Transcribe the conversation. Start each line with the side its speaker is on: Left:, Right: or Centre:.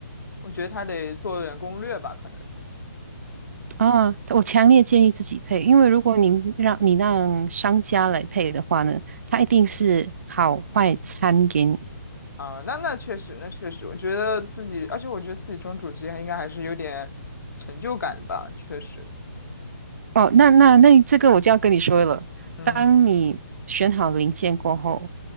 Left: 我觉得她得做点攻略吧，可能
Right: 啊，我强烈建议自己配，因为如果您让你让商家来配的话呢，他一定是好坏参给你。
Left: 啊、那那确实，那确实，我觉得自己，而且我觉得自己装主机还应该还是有点成就感的吧，确实。
Right: 哦，那那那这个我就要跟你说了，
Left: 嗯
Right: 当你选好零件过后，